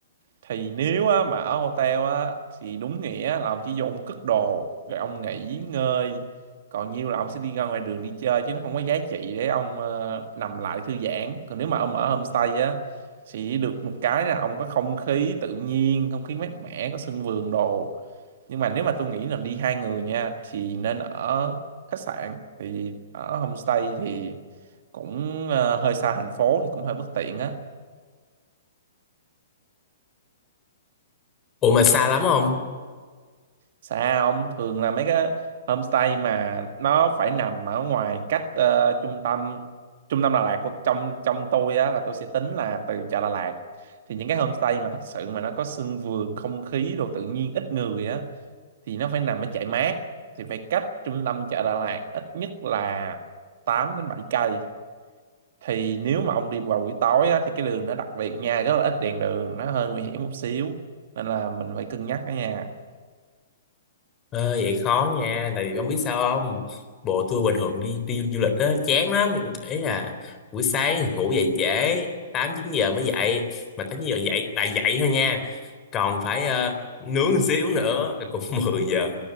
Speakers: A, on the right; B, on the left.
A: thì nếu á, mà ở hotel á thì đúng nghĩa là ông chỉ vô ông cất đồ rồi ông nghỉ ngơi còn nhiêu là ông sẽ đi ra ngoài đường đi chơi chứ nó không có giá trị để ông ờ, nằm lại thư giãn còn nếu mà ông ở homestay á thì được một cái là ông có không khí tự nhiên không khí mát mẻ có sân vườn đồ nhưng mà nếu mà tôi nghĩ là đi hai người nha thì nên ở khách sạn thì ở homestay thì cũng ờ, hơi xa thành phố thì cũng hơi bất tiện á
B: Ủa mà xa lắm không
A: xa ông thường là mấy cái homestay mà nó phải nằm ở ngoài cách ờ, trung tâm trung tâm Đà Lạt của trong trong tôi á là tôi sẽ tính là từ chợ Đà Lạt thì những cái homestay mà thật sự mà nó có sân vườn không khí đồ tự nhiên ít người á thì nó phải nằm ở chạy mát thì phải cách trung tâm chợ Đà Lạt ít nhất là tám đến bảy cây thì nếu mà ông đi vào buổi tối á, thì cái đường nó đặc biệt nha rất là ít đèn đường nó hơi nguy hiểm một xíu nên là mình phải cân nhắc đó nha
B: Ờ, vậy khó nha, tại vì con biết sao không? Bộ tour bình thường đi đi du lịch đó chán lắm, ý là buổi sáng ngủ dậy trễ, 8 9 giờ mới dậy, mà 8 9 giờ dậy tại dậy thôi nha. Còn phải ờ, nướng một xíu nữa cũng <laughs> 10 giờ.